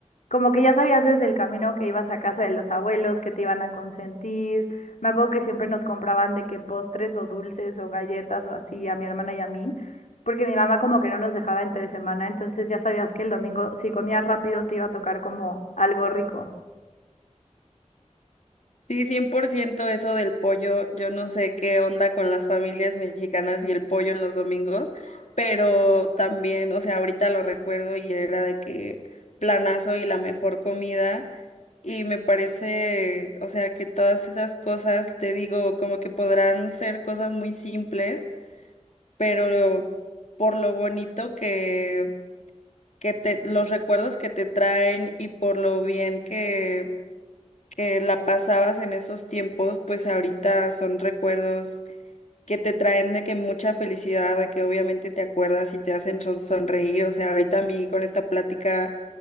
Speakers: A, on the left; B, on the left.
A: como que ya sabías desde el camino que ibas a casa de los abuelos, que te iban a consentir. Me acuerdo que siempre nos compraban de que postres o dulces o galletas o así a mi hermana y a mí, porque mi mamá como que no nos dejaba entre semana, entonces ya sabías que el domingo si comías rápido te iba a tocar como algo rico.
B: Sí, 100% eso del pollo. Yo no sé qué onda con las familias mexicanas y el pollo en los domingos, pero también, o sea, ahorita lo recuerdo y era de que planazo y la mejor comida. Y me parece, o sea, que todas esas cosas, te digo, como que podrán ser cosas muy simples pero por lo bonito que, que te, los recuerdos que te traen y por lo bien que, que la pasabas en esos tiempos, pues ahorita son recuerdos que te traen de que mucha felicidad, de que obviamente te acuerdas y te hacen ron- sonreír. O sea, ahorita a mí con esta plática